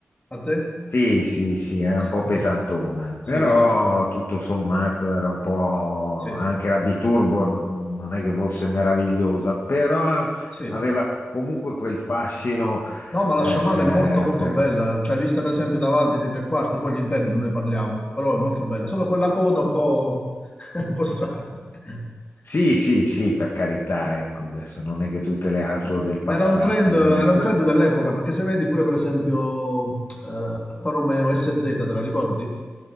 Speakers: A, on the left; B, on the left.
A: A te?
B: Sì, sì, sì, è
A: <laughs>
B: un po' pesantona,
A: Sì,
B: però
A: sì, sì,
B: tutto sommato era un po'
A: sì,
B: anche la Biturbo n- non è che fosse meravigliosa, però
A: sì.
B: aveva comunque quel fascino
A: No, ma la
B: eh,
A: Shamal
B: eh,
A: è molto, molto
B: per-
A: bella, cioè vista per esempio davanti di tre quarti, poi gli interni non ne parliamo, però è molto bella. Solo quella coda un po', <laughs> un po' strana. <laughs>
B: Sì, sì, sì, per carità, ecco, adesso non è che tutte le auto
A: Eh,
B: del passato,
A: Ma era un trend, era
B: eh, per-
A: un trend dell'epoca, perché se vedi pure per esempio eh, l'Alfa Romeo SZ, te la ricordi?